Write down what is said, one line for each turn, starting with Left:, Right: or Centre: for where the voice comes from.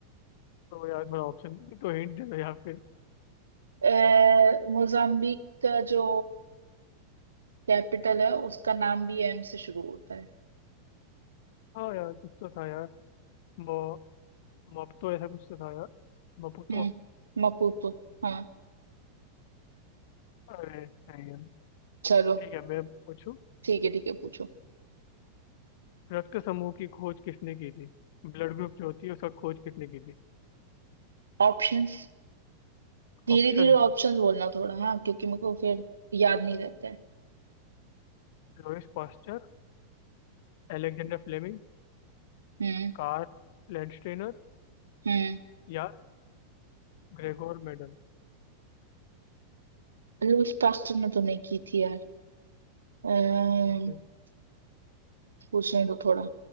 Left: तो यार थोड़ा ऑप्शन तो हिंट दे दो या फिर
Right: अ, मोजाम्बिक का जो कैपिटल है उसका नाम भी एम से शुरू होता है
Left: हाँ यार कुछ तो था यार मो मोपतो ऐसा कुछ तो था यार मपुतो
Right: हम्म मपूतो हाँ
Left: अरे नहीं है।
Right: चलो
Left: ठीक है मैं पूछूं
Right: ठीक है ठीक है पूछो
Left: रक्त समूह की खोज किसने की थी ब्लड ग्रुप जो होती है उसका खोज किसने की थी
Right: ऑप्शंस धीरे
Left: Option
Right: धीरे ऑप्शंस बोलना थोड़ा हाँ क्योंकि मेरे को फिर याद नहीं रहता है
Left: Louis Pasteur Alexander Fleming
Right: हम्म
Left: Karl Landsteiner
Right: हम्म
Left: या ग्रेगोर मेंडल
Right: लुईस पास्टर ने तो नहीं की थी यार अम्म,
Left: ओके
Right: पूछने दो थोड़ा अ,